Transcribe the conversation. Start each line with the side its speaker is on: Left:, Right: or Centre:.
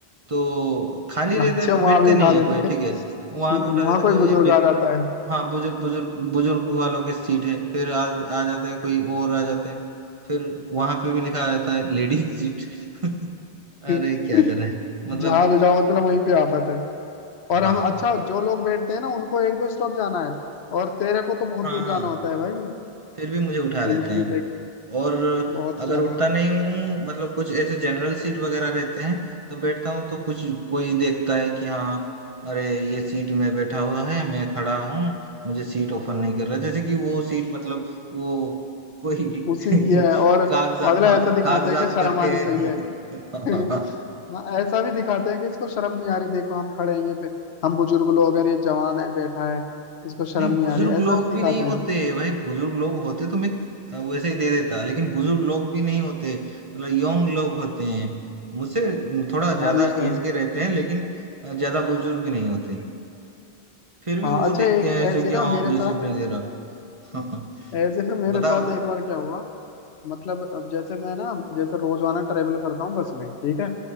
Right: तो खाली रहता
Left: अच्छा
Right: है तो
Left: वहां
Right: बैठते
Left: भी उठा
Right: नहीं
Left: देते
Right: है कोई ठीक
Left: हैं
Right: है वहां
Left: वहां
Right: भी उठा देते
Left: कोई
Right: कोई
Left: बुजुर्ग
Right: ये बे-
Left: आ जाता है
Right: हाँ बुजुर्ग बुजुर्ग बुजुर्ग वालों की सीट है फिर आ, आ जाते हैं कोई और आ जाते हैं फिर वहां पे भी लिखा रहता है लेडीज सीट <laughs> अरे
Left: <laughs>
Right: क्या करें मतलब
Left: जहां भी जाओ मतलब वहीं पे आफत है और
Right: हाँ
Left: हम अच्छा जो लोग बैठते हैं ना उनको एक दो स्टॉप जाना है और तेरे को तो बहुत
Right: हाँ
Left: दूर जाना
Right: हाँ
Left: होता है भाई
Right: फिर भी मुझे उठा
Left: तो
Right: देते
Left: ये
Right: हैं
Left: भी देख
Right: और
Left: बहुत ज्यादा
Right: अगर उठता
Left: गलत
Right: नहीं
Left: है
Right: हूँ मतलब कुछ ऐसे जनरल सीट वगैरह रहते हैं तो बैठता हूँ तो कुछ कोई देखता है कि हाँ अरे ये सीट में बैठा हुआ है मैं खड़ा हूँ मुझे सीट ऑफर नहीं कर रहा जैसे कि वो सीट मतलब वो कोई
Left: उसी
Right: <laughs>
Left: की है और
Right: कागजात
Left: मतलब
Right: हाँ
Left: ऐसा दिखाते
Right: कागजात
Left: हैं कि शर्म
Right: करके
Left: आनी
Right: <laughs>
Left: चाहिए <laughs>
Right: हाँ, हाँ।
Left: हाँ ऐसा भी दिखाते हैं कि इसको शर्म नहीं आ रही देखो हम खड़े हैं ये बे- हम बुजुर्ग लोग हैं ये जवान है बैठा है इसको शर्म
Right: नहीं
Left: नहीं
Right: बुजुर्ग
Left: आ रही ऐसा
Right: लोग
Left: भी दिखाते
Right: भी नहीं होते
Left: हैं
Right: भाई बुजुर्ग लोग होते तो मैं अ, वैसे ही दे देता लेकिन बुजुर्ग लोग भी नहीं होते मतलब यंग लोग होते हैं मुझसे थोड़ा
Left: हाँ
Right: ज्यादा
Left: ये तो है
Right: एज के रहते हैं लेकिन अ, ज्यादा बुजुर्ग भी नहीं होते फिर भी
Left: हाँ
Right: वो
Left: अच्छा
Right: देखते
Left: एक
Right: हैं ऐसे
Left: ऐसे
Right: कि
Left: ना
Right: हाँ
Left: मेरे
Right: मुझे सीट
Left: साथ
Right: नहीं दे रहा
Left: <laughs>
Right: <laughs>
Left: ऐसे ना मेरे
Right: बता
Left: साथ
Right: बता
Left: एक बार क्या हुआ मतलब अब जैसे मैं ना जैसे रोजाना ट्रेवल करता हूँ बस में ठीक है